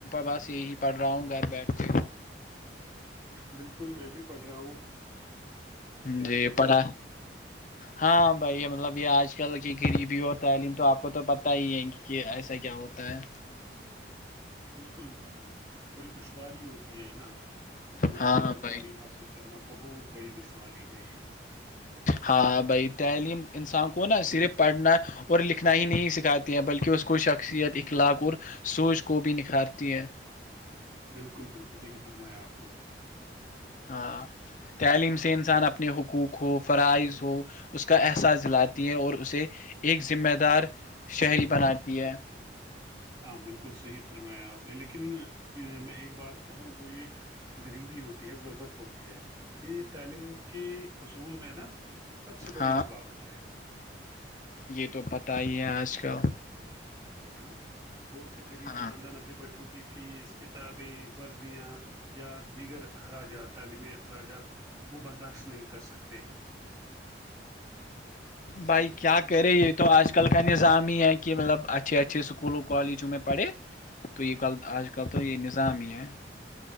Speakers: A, on the left; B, on the right.
A: بس یہی پڑھ رہا ہوں گھر بیٹھ کے-
B: بالکل میں بھی پڑھ رہا ہوں- کیا
A: جی
B: کرے
A: پھا ہاں بھائی مطلب یہ آج کل کی غریبی اور تعلیم تو آپ کو تو پت ہی ہے کہ ایسا کیا ہو- ہوتا ہے-
B: بالکل بڑی دشواری ہوتی ہے نا غربت
A: ہاں
B: میں
A: بھائی
B: تعلیم حاصل- کرنا بہت بڑی دشواری ہے یہ-
A: ہاں بھائی تعلیم انسان کو نا صرف پڑھنا اور لکھنا ہی نہیں سکھاتی- بلکہ اس کو شخصیت اخلاق اور سوج کو بھی نکھارتی ہیں-
B: بالکل- بالکل صحیح فرمایا آپ نے
A: ہاں تعلیم سے انسان اپنے حقوق ہو فرائض ہو- اس کا احساس دلاتی ہے اور اسے ایک ذمہ دار شہری بناتی ہے-
B: ہاں بالکل صحیح فرمایا آپ نے لیکن میں ایک بات کہوں جو یہ- غریبی ہوتی ہے غربت ہوتی ہے یہ تعلیم کے حصول میں نا- سب سے بڑی
A: ہاں
B: رکاوٹ ہے
A: یہ تو پت ہی ہے آج کل-
B: ہے نا بہت سے غریب
A: ہاں
B: خاندان اپنے بچوں کی فیس کتابیں وردیاں- یا دیگر اخراجات تعلیمی اخراجات وہ برداشت نہیں کر سکتے ہیں-
A: بھائی کیا کرے یہ تو آج کل کا نظام ہی ہے کہ مطلب اچھا- اچھا سکولو کالجو میں پڑے تو یہ ک آج کل تو یہ نظام ہی ہے-